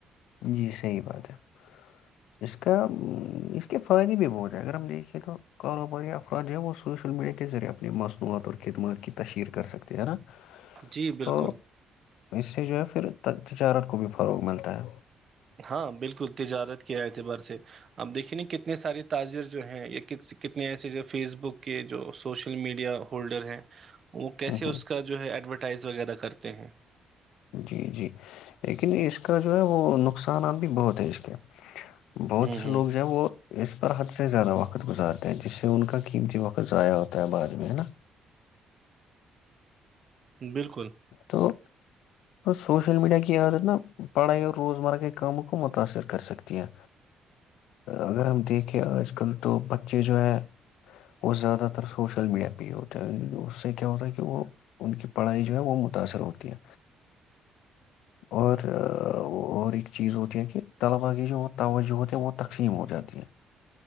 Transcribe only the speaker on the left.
جی صحیح بات ہے اس کا اس کے فائدے بھی بہت ہے اگر ہم دیکھیں تو کاروباری افراد جو ہے وہ سوشل میڈیا کے ذریعے اپنی مصنوعات اور خدمات کی تشہیر کر سکتے ہے نا
تو اس جو ہے پھر تجارت کو بھی فروغ ملتا ہے
ہوں ہوں
جی جی لیکن اس کا جو ہے وہ نقصانات بھی بہت ہے اس کے بہت
سے
لوگ جو ہے وہ اس پر حد سے زیادہ وقت گزارتے ہیں جس سے ان کا قیمتی وقت ضائع ہوتا ہے بعد میں ہے نا
تو سوشل میڈیا کی عادت نا پڑھائی اور روزمرہ کے کاموں کو متاثر کر سکتی ہیں اگر ہم دیکھیں آج کل تو بچے جو ہے وہ زیادہ تر سوشل میڈیا پہ ہی ہوتے ہیں اس سے کیا ہوتا ہے کہ وہ ان کی پڑھائی وہ متاثر ہوتی ہے اور ایک چیز ہوتی ہے کہ طلباء کی جو توجہ ہوتی ہے وہ تقسیم ہو جاتی ہے